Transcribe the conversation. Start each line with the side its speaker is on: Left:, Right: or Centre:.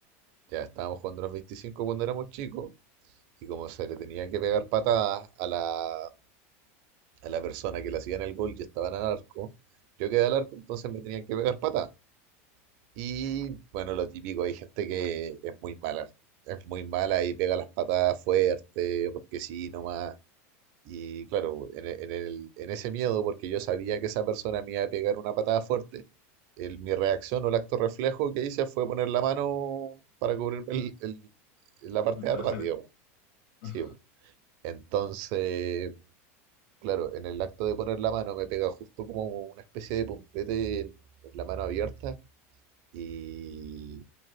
Right: Ya estábamos jugando los 25 cuando éramos chicos y como se le tenía que pegar patadas a la, a la persona que le hacían el gol, yo estaba en el arco, yo quedé al arco, entonces me tenían que pegar pata Y bueno, lo típico, hay gente que es muy mala, es muy mala y pega las patadas fuerte, porque sí, nomás. Y claro, en, e- en el, en ese miedo, porque yo sabía que esa persona me iba a pegar una patada fuerte, el- mi reacción o el acto reflejo que hice fue poner la mano para cubrirme el- el- la parte
Left: El
Right: de
Left: trasero.
Right: atrás, digamos.
Left: <laughs>
Right: Sí, po. entonces Claro, en el acto de poner la mano me pega justo como una especie de puntete en, en la mano abierta y,